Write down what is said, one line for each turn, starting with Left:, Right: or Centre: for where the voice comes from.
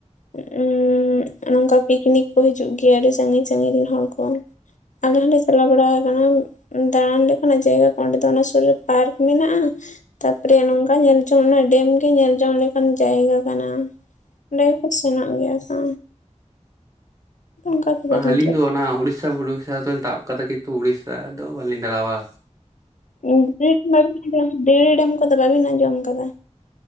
Left: ᱩᱸ ᱱᱚᱝᱠᱟ ᱯᱤᱠᱱᱤᱠ ᱠᱚ ᱦᱤᱡᱩᱜ ᱜᱮᱭᱟ ᱟᱹᱰᱤ ᱥᱟᱺᱜᱤᱧ ᱥᱟᱜᱤᱧ ᱨᱮᱱ ᱦᱚᱲ ᱠᱚ ᱟᱞᱮ ᱦᱚᱸᱞᱮ ᱪᱟᱞᱟᱣ ᱵᱟᱲᱟᱜ ᱫᱟᱬᱟᱱ ᱞᱮᱠᱟᱱᱟᱜ ᱡᱟᱭᱜᱟ ᱠᱚ ᱚᱸᱰᱮ ᱫᱚ ᱚᱱᱟ ᱥᱩᱨ ᱨᱮ ᱯᱟᱨᱠ ᱢᱮᱱᱟᱜᱼᱟ ᱛᱟᱯᱚᱨᱮ ᱱᱚᱝᱠᱟ ᱧᱮᱞ ᱡᱚᱝ ᱨᱮᱱᱟᱜ ᱰᱮᱢ ᱜᱮ ᱧᱮᱞ ᱡᱚᱝ ᱞᱮᱠᱟᱱ ᱡᱟᱭᱜᱟ ᱠᱟᱱᱟ᱾ ᱚᱸᱰᱮ ᱜᱮᱠᱚ ᱥᱮᱱᱚᱜ ᱜᱮᱭᱟ ᱠᱚ ᱚᱱᱠᱟ ᱫᱚ ᱵᱟᱹᱞᱤᱧ
Right: ᱟᱹᱞᱤᱧ ᱫᱚ ᱚᱱᱟ ᱩᱲᱤᱥᱟ ᱩᱲᱤᱥᱥᱟ ᱩᱲᱤᱥᱥᱟ ᱫᱚ ᱛᱟᱵ ᱠᱟᱫᱟ ᱠᱤᱱᱛᱩ ᱩᱲᱤᱥᱥᱟ ᱫᱚ ᱵᱟᱹᱞᱤᱧ ᱫᱟᱬᱟᱣᱟ
Left: <unintelligible> ᱰᱮᱣᱨᱤ ᱰᱮᱢ ᱠᱚᱫᱚ ᱵᱟᱵᱤᱱ ᱟᱸᱡᱚᱢ ᱟᱠᱟᱫᱟ